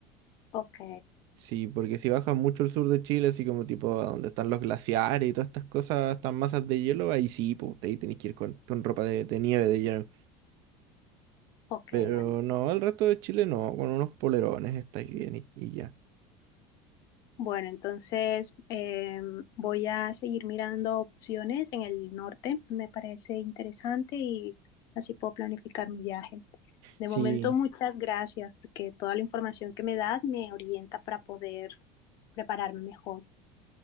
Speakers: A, on the left; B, on the right.
A: ok,
B: Sí, porque si bajas mucho al sur de Chile, así como tipo a donde están los glaciares y todas estas cosas, estas masas de hielo, ahí sí, pues ahí tenés que ir con, con ropa de, de nieve, de hielo.
A: ok,
B: Pero
A: vale.
B: no, el resto de Chile no, con unos polerones estáis bien y, y ya.
A: Bueno, entonces em, voy a seguir mirando opciones en el norte. Me parece interesante y así puedo planificar mi viaje. De
B: Sí,
A: momento, muchas gracias porque toda la información que me das me orienta para poder prepararme mejor.